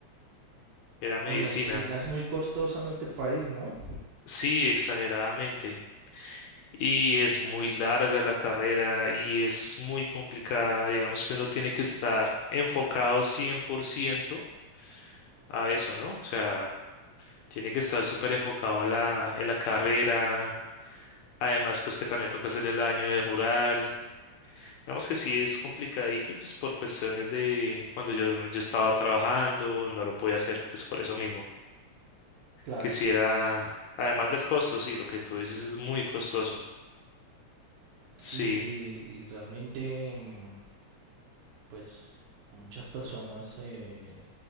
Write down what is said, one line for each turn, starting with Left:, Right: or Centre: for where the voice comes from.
Left: era medicina.
Right: La medicina es muy costosa en este país, ¿no?
Left: Sí, exageradamente. Y es muy larga la carrera y es muy complicada. Digamos que uno tiene que estar enfocado 100% a eso, ¿no? O sea, tiene que estar súper enfocado en la, en la carrera. Además, pues que también toca hacer el año de rural. Digamos que sí es complicadito, y, pues por cuestiones de cuando yo, yo estaba trabajando, no lo podía hacer, pues por eso mismo.
Right: Claro.
Left: Que si era, además del costo, sí, lo que tú dices es muy costoso. Sí,
Right: Sí, y, y realmente, mm, pues muchas personas eh,